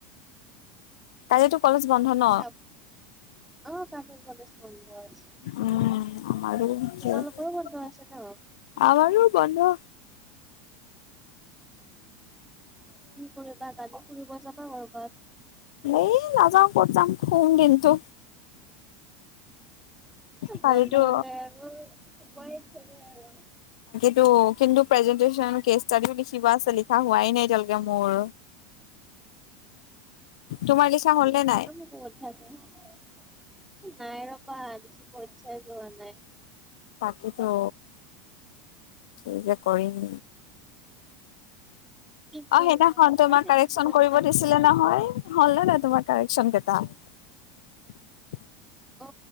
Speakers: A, on the left (about 80°); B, in the centre.
A: <inaudible>
B: <inaudible>
A: ন?
B: <unintelligible>
A: উম, আমাৰ একেই,
B: তোমালোকৰো বন্ধ আছে ন?
A: আমাৰো বন্ধ।
B: ফুৰিবা, কালি ফুৰিব যাবা কৰবাত?।
A: এ নাযাওঁ কত যাম, শুম দিনটো। কালিতো
B: বন্ধ হলে আৰু, সোমাইছে আৰু।
A: কিন্তু, কিন্তু প্ৰেজেন্টেচন, কেচ ষ্টাডিও লিখিব আছে। লিখা হোৱাই নাই, এতিয়ালকে মোৰ। তোমাৰ লিখা হ'ল
B: লিখাটো
A: নে নাই?
B: মোৰ বহুত ভাল পাওঁ। নাই ৰবা, লিখিব ইচ্ছা'ই যোৱা নাই।
A: তাকে তো, কি যে কৰিম।
B: কি
A: অ',
B: কৰিম
A: সেইদিনাখন
B: আৰু উপায়
A: তোমাক
B: নাই,
A: কাৰেক্সন
B: লিখিবতো
A: কৰিব
B: লাগিব
A: দিছিলে নহয়। হল নে নাই তমাৰ কাৰেক্সন কেইটা?। <inaudible>
B: অ।